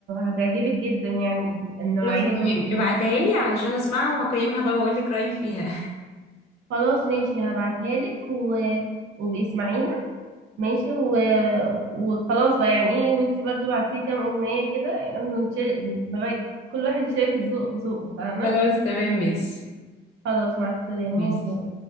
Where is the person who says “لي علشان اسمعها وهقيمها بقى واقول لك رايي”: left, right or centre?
Left